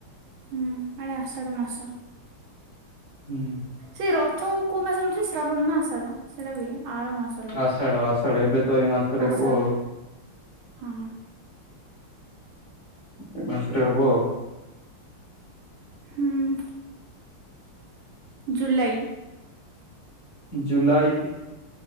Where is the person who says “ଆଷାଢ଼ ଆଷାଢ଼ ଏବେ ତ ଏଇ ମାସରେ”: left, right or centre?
Left